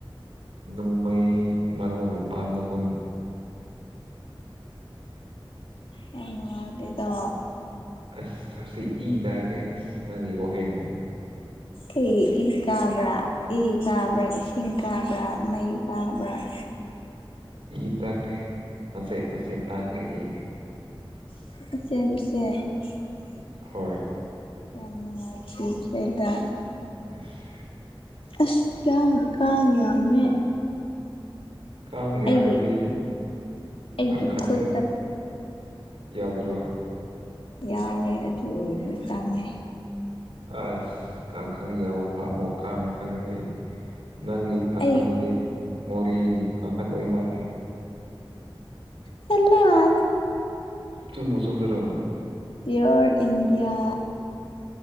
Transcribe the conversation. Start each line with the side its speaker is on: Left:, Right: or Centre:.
Right: ꯅꯣꯡꯃꯩ ꯃꯔꯨ ꯃꯄꯥꯟꯅꯒꯨꯝ
Left: ꯌꯥꯝꯃ ꯋꯥꯗ
Right: ꯑꯁ ꯑꯁꯤ ꯏ ꯇꯥꯈ꯭ꯔꯦ ꯑꯁ ꯅꯪꯒꯤ ꯋꯥꯍꯩꯗꯨꯃ
Left: ꯀꯩ ꯏ ꯀꯥꯕ꯭ꯔꯥ ꯏ ꯀꯥꯕ꯭ꯔꯥ ꯏꯁꯤꯡ ꯀꯥꯕ꯭ꯔꯥ ꯃꯩ ꯀꯥꯕ꯭ꯔꯥ <inaudible>
Right: ꯏ ꯇꯥꯛꯈ꯭ꯔꯦ ꯃꯁꯦ ꯃꯁꯦ ꯇꯥꯛꯈ꯭ꯔꯦ ꯏ
Left: ꯏ ꯎꯆꯦ ꯎꯆꯦ
Right: ꯍꯣꯏ
Left: ꯌꯥꯝ ꯅꯨꯡꯉꯥꯏꯇꯦꯦꯗ
Right: ꯑꯁ
Left: ꯑꯁ ꯀꯌꯥ ꯀꯥ ꯌꯥꯝꯃꯦ
Right: ꯀꯥꯡ ꯌꯥꯝꯗꯤ
Left: ꯑꯩꯒꯤ ꯑꯩꯒꯤ
Right: ꯀꯥꯡꯈꯜ
Left: ꯈꯨꯠꯇ
Right: ꯌꯥꯎꯗ꯭ꯔꯣ
Left: ꯌꯥꯎꯋꯦ ꯑꯗꯨ ꯑꯣꯏꯔꯁꯨ ꯆꯪꯉꯦ
Right: ꯑꯁ ꯀꯥꯡ ꯈꯪ ꯌꯥꯝꯃ ꯐꯥꯃꯣ ꯀꯥꯡ ꯈꯪꯁꯤꯦ ꯅꯪꯒꯤ ꯀꯥꯡꯈꯟꯗꯨꯗꯤ
Left: ꯑꯩ
Right: ꯃꯣꯔꯦꯒꯤ ꯀꯥꯡꯈꯟ ꯑꯣꯏ ꯃꯥꯜꯂꯜꯂꯤ
Left: ꯁꯤꯂ ꯋꯥ
Right: ꯇꯨꯝ ꯃꯆꯗ꯭ꯔꯣ
Left: ꯄꯤꯌꯣꯔ ꯏꯟꯗꯤꯌꯥ